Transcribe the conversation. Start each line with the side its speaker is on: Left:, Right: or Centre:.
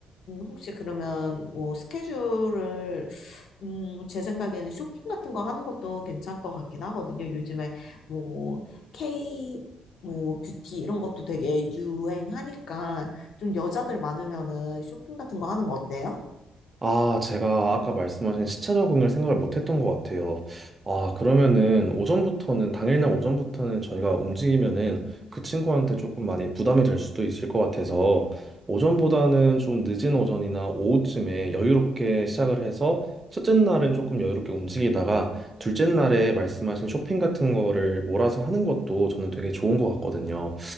Left: 혹시 그러면 뭐 스케줄을 음, 제 생각에는 쇼핑 같은 거 하는 것도 괜찮을 것 같긴 하거든요. 요즘에 뭐 K 뭐 뷰티 이런 것도 되게 유행하니까 좀 여자들 많으면은 쇼핑 같은 거 하는 거 어때요?
Right: 아, 제가 아까 말씀하신 시차 적응을 생각을 못 했던 것 같아요. 아, 그러면은 오전부터는, 당일날 오전부터는 저희가 움직이면은 그 친구한테 조금 많이 부담이 될 수도 있을 것 같아서 오전보다는 좀 늦은 오전이나 오후쯤에 여유롭게 시작을 해서 첫째 날은 조금 여유롭게 움직이다가 둘째 날에 말씀하신 쇼핑 같은 거를 몰아서 하는 것도 저는 되게 좋은 것 같거든요.